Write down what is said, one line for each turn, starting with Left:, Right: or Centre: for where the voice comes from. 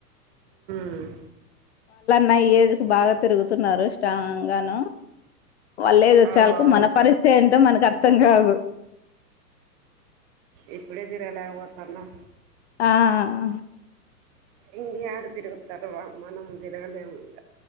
Right: మ్మ్
Left: నా ఏజ్ కు బాగా తిరుగుతున్నారు స్ట్రాంగ్ ను వాళ్ళలేజ్ వచ్చేకు
Right: అవు అవు
Left: మన పరిస్థితి ఏంటో మనకు అర్ధం అర్థంగాదు
Right: ఇప్పుడే తిరగ లేకపోతన్నా
Left: ఆ హా ఆ
Right: ఇంగ యాడ తిరుగుతారు వామ్మో మనం తిరుగలేము ఇంక.